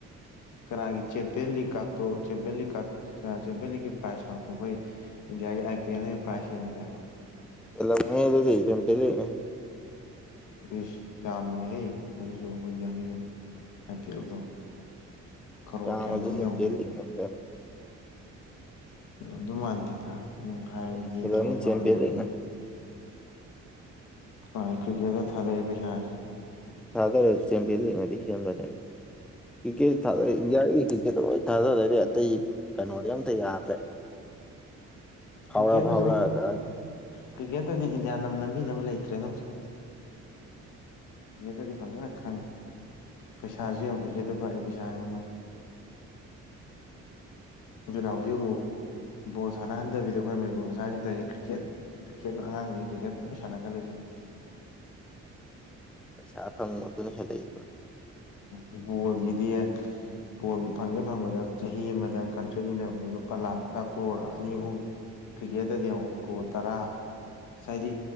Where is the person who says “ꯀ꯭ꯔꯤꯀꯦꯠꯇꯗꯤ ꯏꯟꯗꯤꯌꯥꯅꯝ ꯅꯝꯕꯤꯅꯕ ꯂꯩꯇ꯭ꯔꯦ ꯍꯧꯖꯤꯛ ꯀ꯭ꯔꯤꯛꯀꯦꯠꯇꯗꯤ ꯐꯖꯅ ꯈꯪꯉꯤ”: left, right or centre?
Left